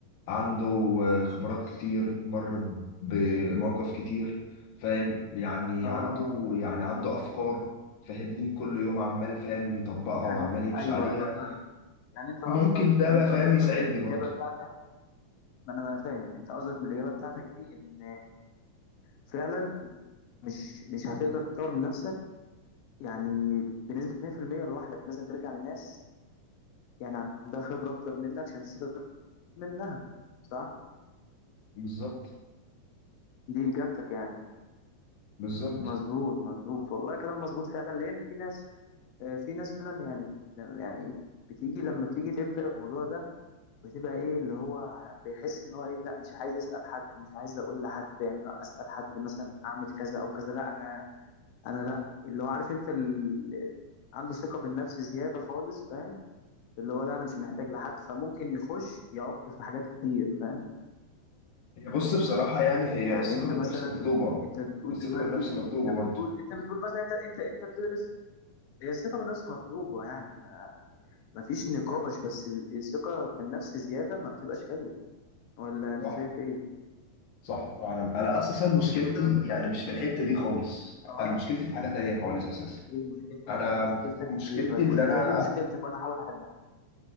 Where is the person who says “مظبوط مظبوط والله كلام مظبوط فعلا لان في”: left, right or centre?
Left